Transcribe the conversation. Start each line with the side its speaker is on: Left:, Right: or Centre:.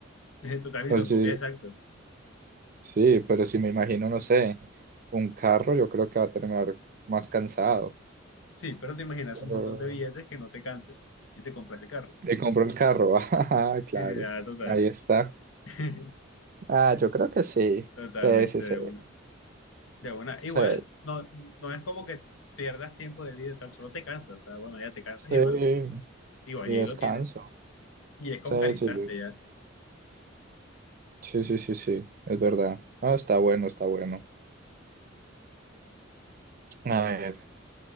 Left: En Total,
Right: Pues
Left: y son
Right: sí,
Left: copias exactas.
Right: sí, pero si me imagino, no sé, un carro, yo creo que va a terminar más cansado.
Left: Sí, pero te imaginas
Right: Pero
Left: un montón de billetes que no te cansen y te compras el carro.
Right: te compro el carro, <laughs> ah, claro,
Left: <laughs> Ah, total.
Right: ahí está.
Left: <laughs>
Right: Ah, yo creo que sí,
Left: Totalmente
Right: sí, sí, sí,
Left: de una. De una. Igual,
Right: sí,
Left: no, no es como que pierdas tiempo de vida y tal, solo te cansas. O sea, bueno, ya te cansas y
Right: sí,
Left: duermes. Igual,
Right: y
Left: y ahí
Right: descanso,
Left: lo tienes. Y es como
Right: sí,
Left: calistante
Right: sí,
Left: ya.
Right: Sí, sí, sí, sí, es verdad. Ah, está bueno, está bueno. A ver,